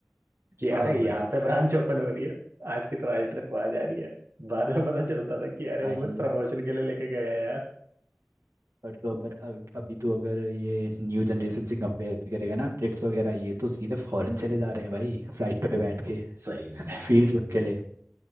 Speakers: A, on the right (about 60°); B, on the right (about 80°).
A: कि
B: हाँ
A: अरे
B: हाँ
A: यहाँ
B: भाई
A: पे ब्रांच ओपन हो रही है आज की तुम्हारी ट्रिप वहां जा रही है बाद में पता चलता था कि अरे वो
B: आई
A: बस प्रमोशन के लिए लेके गए हैं यार
B: बट तो अगर अग- अभी तो अगर ये न्यू जनरेशन से कंपेयर करेगा ना ट्रिप्स वगैरह ये तो सीधे फॉरेन चले जा रहे हैं भाई फ्लाइट पे बैठ के
A: सही
B: <laughs>
A: में
B: फील्ड ट्रिप के लिए